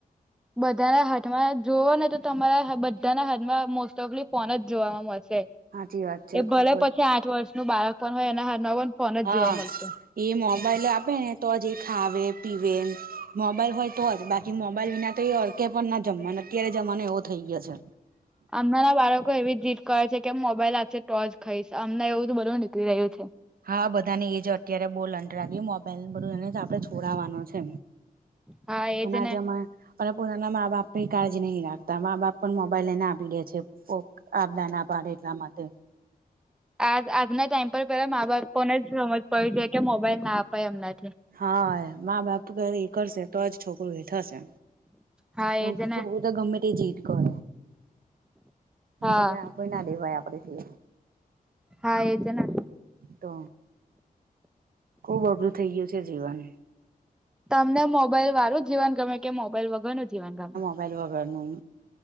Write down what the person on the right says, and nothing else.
હાચી વાત છે
ખુબ
જ
હા
એ મોબાઈલ આપે ને તો જ એ ખાવે પીવે મોબાઈલ હોય તો જ બાક કી મોબાઈલ વિના તો એ અડકે પણ ના જમવા ને અત્યારે જમાંનો એવો થઇ ગયો છે.
હા, બધા ને એજ અત્યારે બો <unintelligible> પેલું બધું એને જ આપડે છોડવાનું છે
પણ
આ
જમાના પણ પોતાના માબાપ એ કાળજી નહીં રાખતા મા-બાપ પણ મોબાઈલ લઈને આપી દે છે ફોક આ બધા ના પાડે એટલા માટે
હા, મા-બાપ કરે એ કરશે તોજ છોકરું એ થશે.
પં
કા
છો હું તો ગમે તે જીત કરે.
એટલે આપી ના દેવાય આપડે બી
તો ખૂબ અઘરું થઇ ગયું છે જીવન
મોબાઇલ વગરનું